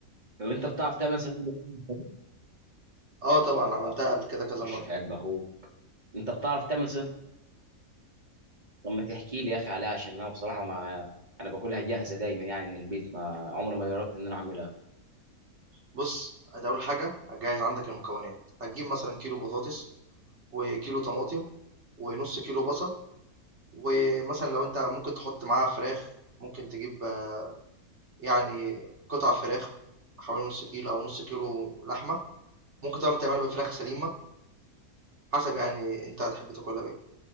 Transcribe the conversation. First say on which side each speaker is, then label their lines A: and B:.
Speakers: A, on the right (about 30°); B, on the right (about 50°).
A: لو انت بتعرف تعمل صينيه لحمة
B: آه طبعًا عملتها
A: اه
B: قبل كده كذا
A: وش
B: مرّة.
A: في عيب اخوه انت بتعرف تعمل صينيه لحمة؟ لما تحكي لي يا اخي عليها عشان انا بصراحه ما انا باكلها جاهزه دايما يعني من البيت ما عمري ما جربت ان انا اعملها
B: بُص، أنت أول حاجة هتجهّز عندك المكونات، هتجيب مثلًا كيلو بطاطس وكيلو طماطم ونص كيلو بصل ومثلا لو انت ممكن تحط معاها فراخ ممكن تجيب آه، يعني قطع فراخ حوالي نص كيلو او نص كيلو لحمه ممكن طبعا تعملها بفراخ سليمه حسب يعني انت هتحب تاكلها بايه